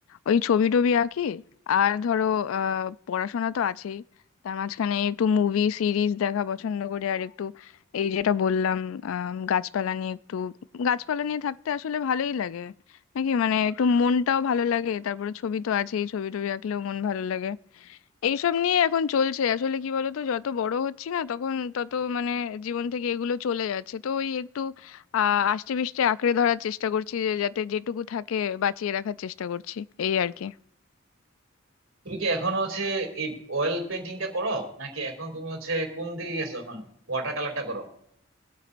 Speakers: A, on the left; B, on the right.
A: ওই ছবি টবি আঁকি আর ধরো আহ পড়াশোনা তো আছেই তার মাঝখানে একটু মুভি সিরিজ দেখা পছন্দ করি আর একটু এই যেটা বললাম আহ গাছপালা নিয়ে একটু গাছপালা নিয়ে থাকতে আসলে ভালোই লাগে নাকি মানে একটু মনটাও ভালো লাগে তারপরে ছবি তো আছেই ছবি টবি আঁকলেও মন ভালো লাগে এইসব নিয়ে এখন চলছে আসলে কি বলতো যত বড় হচ্ছি না তখন তত মানে জীবন থেকে এগুলো চলে যাচ্ছে তো ওই একটু আহ আষ্টে পিষ্টে আঁকড়ে ধরার চেষ্টা করছি যে যাতে যেটুকু থাকে বাঁচিয়ে রাখার চেষ্টা করছি এই আর কি
B: তুমি কি এখনো হচ্ছে এই অয়েল পেন্টিংটা করো নাকি এখন তুমি হচ্ছে কোন দিকে গেছো এখন ওয়াটার কালারটা করো